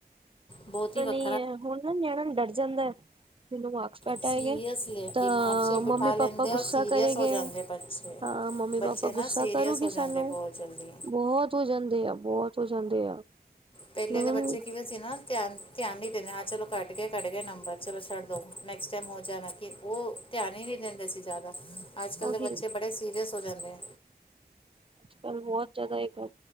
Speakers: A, on the left; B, on the right.
A: ਬੋਤ ਈ ਵੱਖ
B: ਨੀ ਐ ਹੁਨ ਨਾ ਨਿਆਣਾ ਡਰ ਜਾਂਦਾ। ਮੈਨੂੰ ਮਾਕਸ ਘੱਟ
A: ਸੀਰੀਅਸ
B: ਆਏਗੇ
A: ਲੈ
B: ਤਾਂ
A: ਦਿਮਾਗ 'ਚ
B: ਮੰਮੀ
A: ਬਿਠਾ ਲੈਂਦੇ
B: ਪਾਪਾ
A: ਆ
B: ਗੁੱਸਾ
A: ਔਰ ਸੀਰੀਅਸ
B: ਕਰੇਂਗੇ।
A: ਹੋ ਜਾਂਦੇ ਬੱਚੇ
B: ਹਾਂ ਮੰਮੀ
A: ਬੱਚੇ
B: ਪਾਪਾ ਗੁੱਸਾ
A: ਨਾ ਸੀਰੀਅਸ
B: ਕਰੂੰਗੀ
A: ਹੋ ਜਾਂਦੇ
B: ਸਾਨੂੰ
A: ਬਹੁਤ ਜਲਦੀ
B: ਬੋਹਤ ਹੋ ਜਾਂਦੇ ਆ, ਬੋਤ ਹੋ ਜਾਂਦੇ ਆ।
A: ਪਹਿਲੇ
B: ਮਤਲਬ
A: ਦੇ ਬੱਚੇ ਕਿਵੇਂ ਸੀ ਨਾ ਧਿਆਨ, ਧਿਆਨ ਨਹੀਂ ਦਿੰਦੇ ਹਾਂ ਚਲੋ ਘੱਟ ਗਏ ਘੱਟ ਗਏ ਨੰਬਰ ਚਲੋ ਛੱਡ ਦੋ। ਨੈਕਸਟ ਟਾਈਮ ਹੋ ਜਾਣਾਂਗੇ ਓ ਧਿਆਨ ਹੀ ਨੀ ਦੇਂਦੇ ਸੀ ਜਾਦਾ, ਅੱਜ-ਕੱਲ
B: ਉਹੀ
A: ਦੇ ਬੱਚੇ ਬੜੇ ਸੀ ਰੀਅਸ ਹੋ ਜਾਂਦੇ ਐ।
B: ਅੱਜ-ਕੱਲ੍ਹ ਬੋਤ ਜਾਦਾ <unintelligible> ਐ।